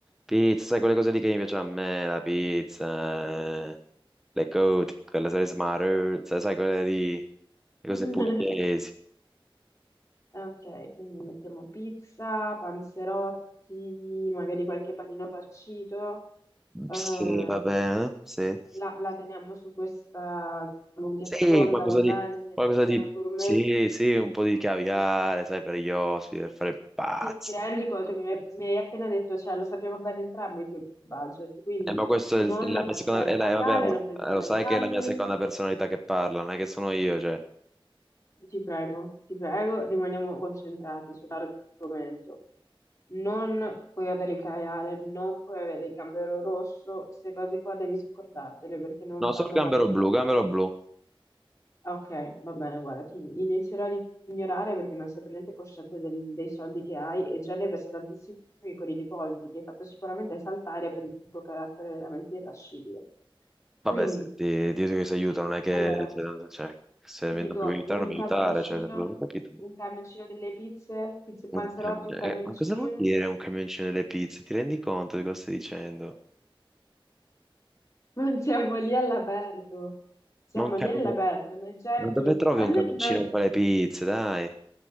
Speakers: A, in the centre; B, on the left.
A: Pizza, sai quelle cose lì che invece a me, la pizza, eh, le cote, quelle salse maruzza, sai sai quelle lì, le
B: <laughs>
A: cose pugliesi.
B: Ok, quindi mettiamo pizza, panzerotti, magari qualche panino farcito. Ehm,
A: Sì, va bene, sì.
B: la, la teniamo su questa lunghezza
A: Sì,
B: d'onda,
A: qualcosa
B: va bene?
A: di,
B: Niente
A: qualcosa
B: cena
A: di,
B: gourmet.
A: sì, sì, un po' di caviale, sai, per gli ospiti, per fare pazzi.
B: ti rendi conto che mi hai mi hai appena detto, cioè lo sappiamo bene entrambi i tuoi budget, quindi
A: Eh, ma questa è
B: non
A: la mia
B: pensare
A: seconda,
B: al
A: è
B: caviale,
A: la- eh, vabbè, ma
B: non pensare
A: lo sai
B: ai gamberi,
A: che è la mia seconda personalità che parla, non è che sono io, cioè.
B: ti prego, ti prego, rimaniamo concentrati sull'argomento. Non puoi avere il caviale, non puoi avere il gambero rosso, queste cose qua devi scordartele perché non
A: No,
B: fanno
A: sono Gambero
B: parte
A: Blu,
B: del tuo
A: Gambero
B: budget.
A: Blu.
B: Ok, va bene, guarda, ti inizierò ad ignorare perché non sei per niente cosciente del- dei soldi che hai e già ne versi tantissimi con i depositi che hai fatto sicuramente saltare per il tuo carattere veramente irascibile.
A: Vabbè,
B: Quindi,
A: se ti, ti aiuto che si aiuta, non è che
B: allora,
A: cioè, tanto- cioè, se
B: ti
A: non
B: dico
A: mi vuoi aiutare,
B: un
A: non mi
B: camioncino,
A: aiutare, cioè, non ho capito. boh.
B: un camioncino delle pizze, pizze e panzerotti,
A: Un camion-
B: un camioncino.
A: eh, ma cosa vuol dire un camioncino delle pizze? Ti rendi conto di cosa stai dicendo?
B: <laughs> Ma siamo lì all'aperto, siamo
A: Ma, un camion-
B: lì all'aperto, nei giardini,
A: ma dove trovi
B: ma
A: un
B: non
A: camioncino
B: immagino.
A: per fare le pizze, dai?